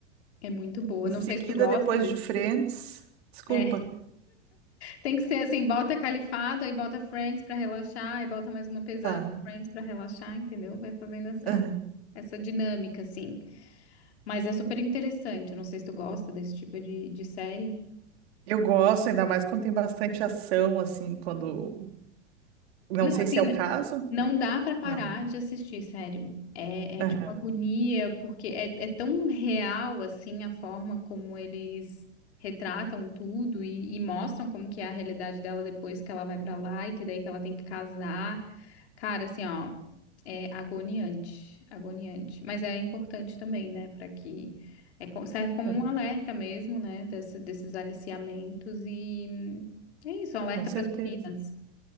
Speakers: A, on the left; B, on the right.
A: É muito boa.
B: Em
A: Não
B: seguida,
A: sei se tu gosta
B: depois
A: desse.
B: de Friends. Desculpa.
A: É. Tem que ser assim: bota Califado, aí bota Friends pra relaxar, aí bota mais uma pesada
B: Tá.
A: Friends pra relaxar, entendeu? Vai fazendo essa,
B: aham.
A: essa dinâmica, assim. Mas é super interessante. Eu Não sei se tu gosta desse tipo de, de série.
B: Eu gosto, ainda mais quando tem bastante ação, assim, quando. Não
A: Não,
B: sei
A: assim,
B: se é
A: n-
B: o caso.
A: não dá pra parar
B: Não.
A: de assistir, sério. É,
B: Aham,
A: é de uma agonia, porque é, é tão real, assim, a forma como eles retratam tudo e, e mostram como que é a realidade dela depois que ela vai pra lá e que daí que ela tem que casar. Cara, assim, ó, é agoniante, agoniante. Mas é importante também, né, Pra que... É, co- serve como
B: aham,
A: um alerta mesmo, né, desse- desses aliciamentos e... hum, É isso, um alerta
B: Com certeza.
A: pras meninas.